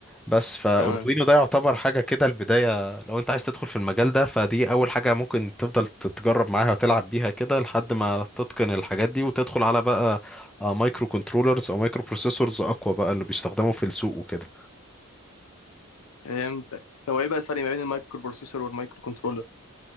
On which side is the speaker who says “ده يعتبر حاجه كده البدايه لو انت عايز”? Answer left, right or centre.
Centre